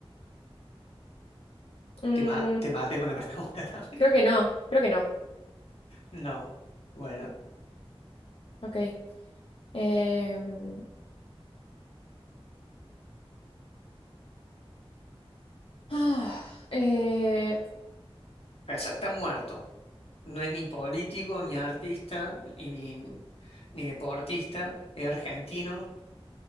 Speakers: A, on the left; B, on the left.
A: Mm,
B: Te, ma- te maté con la <laughs> pregunta también.
A: creo que no, creo que no.
B: No. Bueno,
A: Ok. Em, ah, eh,
B: o sea, está muerto. No es ni político, ni artista, ni, ni, ni deportista. Es argentino.